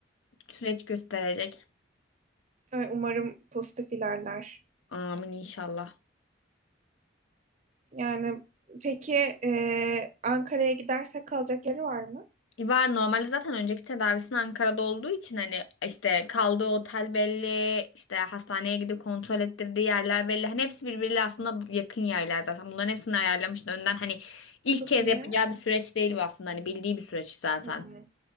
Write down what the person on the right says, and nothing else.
Ay, Umarım pozitif ilerler.
Yani peki e, Ankara'ya gidersek kalacak yeri var mı?
Çok
iyi.
Hmm.